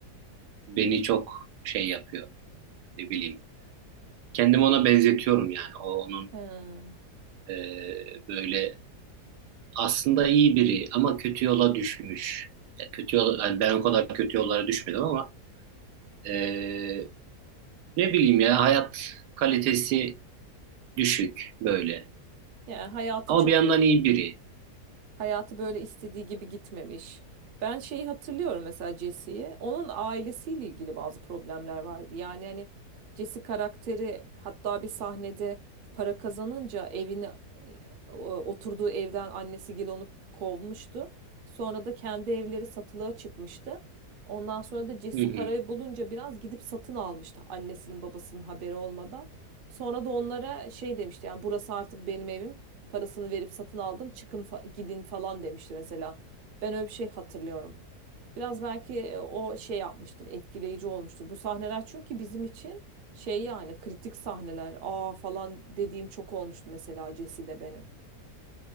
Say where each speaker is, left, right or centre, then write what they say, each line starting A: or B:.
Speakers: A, on the right; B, on the right.
A: beni çok şey yapıyor. Ne bileyim. Kendimi ona benzetiyorum yani. O onun
B: Hmm.
A: e, böyle aslında iyi biri ama kötü yola düşmüş. Ya kötü yola yani ben o kadar kötü yollara düşmedim ama e, ne bileyim ya hayat kalitesi düşük böyle.
B: Yani hayatı
A: Ama
B: çok
A: bir yandan iyi biri.
B: Hayatı böyle istediği gibi gitmemiş. Ben şeyi hatırlıyorum mesela Jesse'yi. Onun ailesiyle ilgili bazı problemler vardı. Yani hani Jesse karakteri hatta bir sahnede para kazanınca evini e, o- oturduğu evden annesi Gil onu kovmuştu. Sonra da kendi evleri satılığa çıkmıştı. Ondan sonra da Jesse
A: Hı hı.
B: parayı bulunca biraz gidip satın almıştı annesinin babasının haberi olmadan. Sonra da onlara şey demişti yani burası artık benim evim. Parasını verip satın aldım. Çıkın fa- gidin falan demişti mesela. Ben öyle bir şey hatırlıyorum. Biraz belki e, o şey yapmıştır, etkileyici olmuştur. Bu sahneler çünkü bizim için şey yani kritik sahneler. Aa falan dediğim çok olmuştu mesela Cesi'de benim.